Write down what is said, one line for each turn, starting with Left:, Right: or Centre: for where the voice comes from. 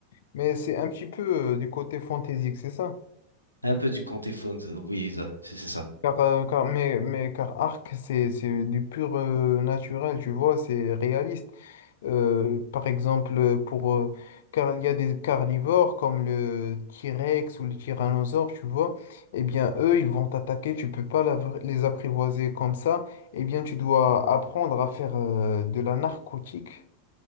Left: Mais c'est un petit peu euh, du côté fantaisique, c'est ça?
Right: Un peu du Comté Phones. Oui, ça- c'est c'est ça.
Left: Car, euh, car- mais, mais car Arc, c'est c'est du pur euh, naturel, tu vois, c'est réaliste. Euh, par exemple, euh, pour, euh, car il y a des carnivores comme le T-Rex ou le Tyrannosaure, tu vois, eh bien, eux, ils vont t'attaquer, tu peux pas l'av- les apprivoiser comme ça. Eh bien, tu dois apprendre à faire euh, de la narcotique,